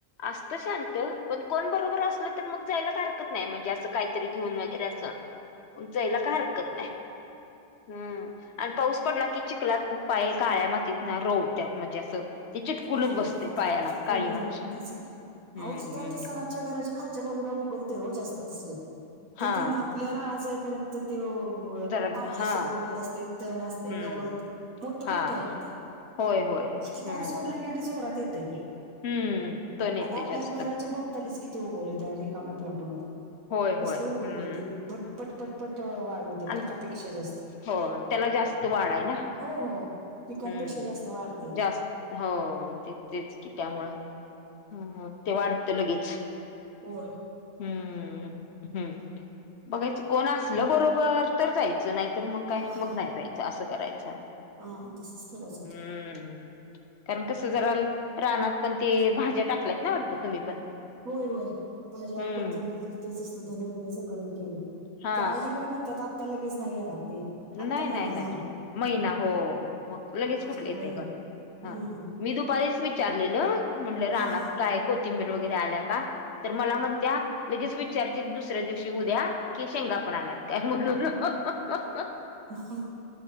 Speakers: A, on the left; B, on the right.
A: आसत शांत पण कोण बरोबर असलं तर मग जायला हरकत नाय म्हणजे असं कायतरी घेऊन वगैरे असं. जायला काय हरकत नाय हम्म आण पाऊस पडला की चिकला पाय काळ्या मातीतना रोवतात म्हणजे असं ते चिटकूनच
B: होय
A: बसतय पायाला काळी
B: होय
A: माती
B: होय तेच की अहो
A: हम्म.
B: तिथ <unintelligible> सरांच्या घराच्या खालच्या बाजूला उगवते हो जास्त तिसल तिथून
A: हा.
B: आपल्या राहनात जाईपर्यंत त्यो <unintelligible>
A: जरा
B: काँग्रेस
A: हा.
B: उगवलेलं असतय, तण असतय,
A: हम्म.
B: गवत मोठ
A: हा.
B: मोठय आणि ते
A: होय होय.
B: आता
A: हम्म.
B: पाऊस पडला की आणि जोरात येतय ते
A: हम्म. तण येतय
B: आता आपल्या
A: जास्त.
B: घराच्या भव <unintelligible> किती उगवलय त्या रिकाम फ्लॉटमध्ये
A: होय होय
B: कसलं
A: हम्म.
B: उगवलंय ते भट
A: हम्म.
B: पटपट पट वाढ होते
A: आणि
B: पिकापेक्षा जास्त
A: हो त्याला जास्त वाढ हाय ना.
B: हो हो पिकांपेक्षा
A: हम्म
B: जास्त वाढतय.
A: जास्त हो ते तेच की त्यामुळं हम्म ते वाढतं लगीच
B: व्हय.
A: हम्म बघायचं कोण असलं बरोबर तर जाय च नाय तर मग काय
B: हा
A: मग
B: हा
A: नाय जायचं असं करायचं.
B: हा तसच करायचं ते
A: हम्म ह कारण कसं जरा रानात पण ते भाज्या टाकल्यात ना वाटतं तुम्ही पण
B: होय होय भाज्या
A: हम्म
B: कोथिंबीर तेच असं धने बिने सगळे केलय
A: हा
B: ते आली का मग ते आत्ता लगेच नाही येणार ते आत्ता
A: नाही नाही
B: महिना
A: नाही
B: झाला
A: महिना हो मग लगेच कुठलं
B: अजून
A: येतय
B: काही नाही
A: ग हा
B: हम्म
A: मी दुपारीच विचारलेलो म्हंटल रानात
B: हा हा
A: काय कु तिंबीर वगैरे आल्या का तर मला म्हणत्या लगेच विचारते दुसऱ्या दिवशी उद्या कि शेंगा पण आल्यात काय म्हणून हं हं हं
B: ते खय